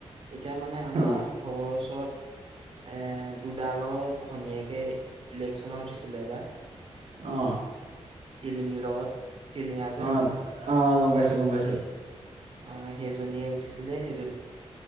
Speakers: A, on the right (about 55°); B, on the right (about 90°).
A: এতিয়া মানে আমাৰ
B: অ
A: ঘৰৰ ওচৰত এ দুডালৰ ভনীয়েকে ইলেকশচনত উঠিছিলে এবাৰ
B: অ
A: টিলিঙীৰ লগত টিলিঙা যে
B: অ অ' গম পাইছো, গম পাইছো।
A: আহ সেইজনীয়ে উঠিছিলে। সেইজনী-